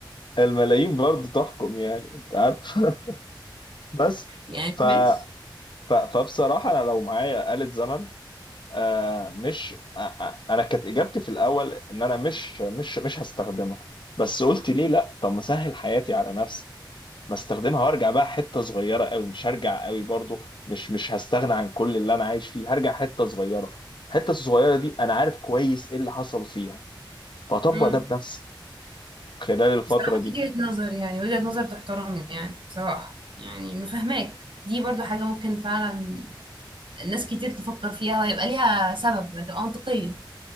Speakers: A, on the left; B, on the right.
A: الملايين برضه تحكم يعني انت عارف <laughs> بس
B: يعني
A: ف...
B: ماشي
A: ف... فبصراحه انا لو معايا آلة زمن آه مش آه آه، انا كانت اجابتي في الاول ان انا مش مش مش هستخدمها بس قلت ليه لا طب ما اسهل حياتي على نفسي بستخدمها وارجع بقى حته صغيره قوي مش هرجع قوي برضو مش مش هستغنى عن كل اللي انا عايش فيه هرجع حته صغيره الحته الصغيره دي انا عارف كويس ايه اللي حصل فيها فاطبق
B: امم
A: ده بنفسي خلال الفتره
B: بصراحة
A: دي
B: وجهة نظر يعني وجهة نظر تحترم يعني بصراحة يعني مفهماك دي برضو حاجة ممكن فعلا ناس كتير تفكر فيها وهيبقى ليها سبب هتبقى منطقية